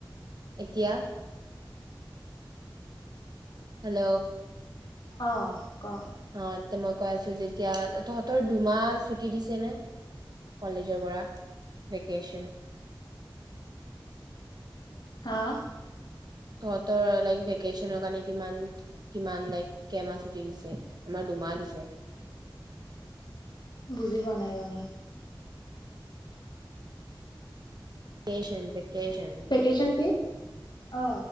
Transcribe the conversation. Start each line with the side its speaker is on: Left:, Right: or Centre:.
Right: এতিয়া। হেল্ল।
Left: অ ক।
Right: অ'তেনকা আছো যেতিয়া, তহঁতৰ দুমাহ ছুটি দিছে নে? কলেজৰ পৰা ভেকেচন।
Left: হা।
Right: তহঁতৰ লাইক ভেকেশচনৰ কাৰণে কিমান কিমান লাইক কেইমাহ ছুটি দিছে, আমাৰ দুমাহ দিছে।
Left: বুজি পোৱা নাই ৰ' মই।
Right: ভেকেচন ভেকেচন
Left: ভেকেচন কি অ